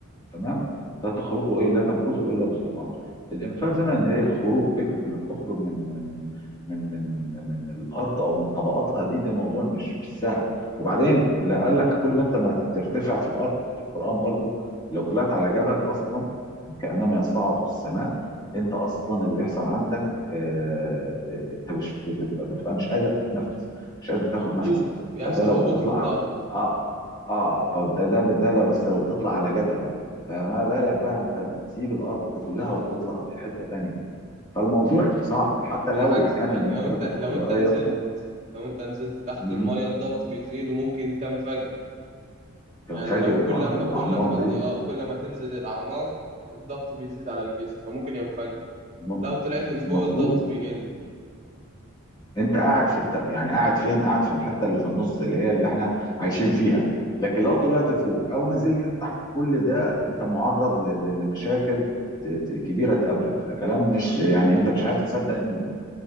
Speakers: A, on the left (about 20°); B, on the right (about 35°).
A: تمام لا تخرجوا ايه لا تنفذوا الا بسلطان الانفاذ هنا ان هي الخروج فكره انك تخرج من من من من من الارض او من طبقاتها دي ده موضوع مش مش سهل وبعدين لا قال لك كل انت ما بترتفع في الارض في القران برضو لو طلعت على جبل اصلا كانما يصعد في السماء انت اصلا اللي بيحصل عندك آه، آه، انت مش بتبقى, بتبقى مش قادر تتنفس مش قادر تاخد
B: هبوط
A: نفسك
B: بيحصل
A: فده لو
B: هبوط
A: بتطلع
B: في الضغط
A: على اه اه فده ده ده لو بس لو بتطلع على جبل فما بالك بقى انت بتسيب الارض كلها وبتطلع في حته تانية فالموضوع صعب حتى
B: بالعكس
A: لو كان
B: يعني
A: المركبات
B: لو انت لو
A: الفضائيه
B: انت نزلت لو انت نزلت تحت
A: مهم.
B: المية الضغط بيزيد وممكن تنفجر يعني
A: كان فاجر
B: لو كل
A: اه
B: ما
A: ده الاعماق
B: كل ما
A: دي
B: الضغ- كل ما تنزل الاعماق الضغط بيزيد على الجسم فممكن ينفجر
A: م-
B: لو طلعت لفوق
A: مظبوط
B: الضغط بيقل
A: انت قاعد في الت... يعني قاعد فين قاعد في الحته اللي في النص اللي هي اللي احنا عايشين فيها لكن لو طلعت فوق او نزلت تحت كل ده انت معرض ل... ل- لمشاكل ت... ت... كبيره تقابلك فكلام مش يعني انت مش عارف تصدق مين